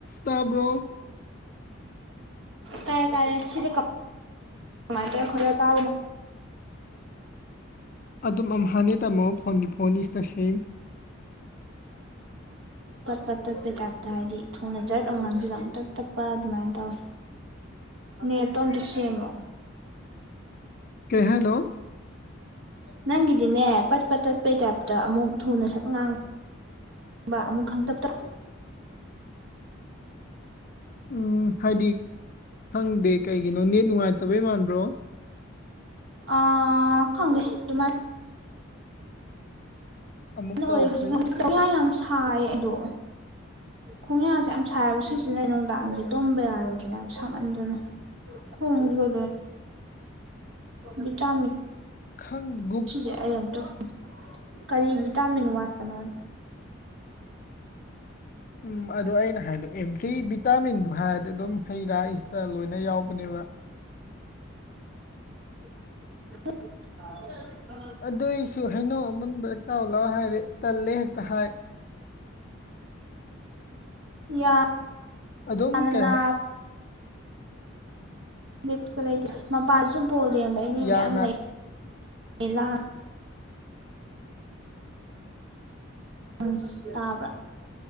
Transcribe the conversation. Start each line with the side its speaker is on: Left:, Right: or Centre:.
Left: ꯇꯥꯕꯣ
Right: ꯇꯥꯔꯦ ꯇꯥꯔꯦ ꯁꯤꯂ ꯀ ꯃꯥꯏ ꯇ ꯈꯔ ꯇꯥ
Left: ꯑꯗꯨꯝ ꯑꯃ ꯍꯥꯟꯅ ꯇꯥꯃꯣ ꯐꯣꯟꯒꯤ ꯐꯣꯟꯅꯤꯁꯤꯗ ꯁꯦꯝꯦꯡ
Right: ꯇꯠꯄ ꯇꯠꯄꯩ ꯇꯥꯏꯞꯇ ꯍꯥꯏꯗꯤ ꯊꯨꯅ ꯆꯠꯂ ꯉꯥꯡꯁꯤꯗ ꯑꯃꯨꯛꯇ ꯇꯞꯄ ꯑꯗꯨꯃꯥꯏꯅ ꯅꯇꯣꯝꯗ ꯁꯦꯝꯃꯣ
Left: ꯀꯍꯦꯅꯣ
Right: ꯅꯪꯒꯤꯗꯤꯅꯦ ꯄꯠꯄ ꯇꯠꯄꯩ ꯇꯥꯏꯞꯇ ꯑꯃꯨꯛ ꯊꯨꯅ ꯁꯛ ꯉꯥꯡ ꯕꯥ ꯑꯃꯨꯛ ꯈꯪ ꯇꯞ ꯇ
Left: ꯎꯝ ꯍꯥꯏꯗꯤ ꯈꯪꯗꯦ ꯀꯩꯒꯤꯅꯣ ꯅꯦꯠ ꯅꯨꯡꯉꯥꯏꯇꯕꯩ ꯃꯥꯟꯕ꯭ꯔꯣ
Right: ꯑ ꯈꯪꯅꯦꯦ ꯑꯗꯨꯃꯥꯏ
Left: ꯑꯃꯨꯛ
Right: ꯌꯥꯝ
Left: ꯇꯧꯈ꯭ꯔꯦ
Right: ꯑꯣꯏ ꯍꯧꯖꯤꯛ ꯍꯧꯖꯤꯛ ꯉ ꯌꯥꯝ ꯁꯥꯏ ꯑꯗꯣ ꯈꯣꯡꯌꯥꯁꯦ ꯌꯥꯝ ꯁꯥꯕ ꯁꯤꯁꯤꯅ ꯅꯨꯡꯗꯥꯡꯁꯦ ꯇꯨꯝꯕ ꯌꯥꯔꯣꯏꯗꯣꯏꯅꯦ ꯌꯥꯝ ꯁꯥꯃꯟꯗꯅ ꯈꯣꯡꯗ ꯕꯤ ꯆ
Left: ꯈꯪ ꯒꯨꯛ
Right: ꯁꯤꯁꯦ ꯑꯩ ꯑ ꯑꯃꯇ ꯀꯔꯤ ꯚꯤꯇꯥꯃꯤꯟ ꯋꯥꯠꯄꯅꯣꯅꯣ
Left: ꯎꯝ ꯑꯗꯨ ꯑꯩꯅ ꯍꯥꯏꯗꯣ ꯑꯦꯚ꯭ꯔꯤ ꯚꯤꯇꯥꯃꯤꯟꯗꯣ ꯍꯥꯏꯔꯗꯤ ꯑꯗꯨꯝ ꯍꯩ ꯔꯥ ꯏꯁꯇ ꯂꯣꯏꯅ ꯌꯥꯎꯕꯅꯦꯕ <inaudible>
Right: <inaudible>
Left: ꯑꯗꯨꯏꯁꯨ ꯍꯩꯅꯧ ꯑꯃꯨꯟꯕ ꯆꯥꯎꯥꯎ ꯂꯥꯎ ꯍꯥꯏꯔꯦ ꯇꯜꯂꯦ ꯍꯦꯛꯇ ꯍꯥꯏ
Right: ꯌꯥ
Left: ꯑꯗꯨꯝ
Right: ꯑꯅꯅꯥ
Left: ꯀꯩ ꯍꯥꯏ
Right: ꯠꯀ ꯂꯩꯇꯦ ꯃꯄꯥꯥꯟꯁꯨ ꯕꯣꯜ ꯌꯦꯡꯕꯒꯤ ꯃꯤ
Left: ꯌꯥꯅ
Right: ꯃꯌꯥꯝ ꯂꯩ ꯂꯥꯡ ꯑ ꯇꯥꯕ꯭ꯔꯥ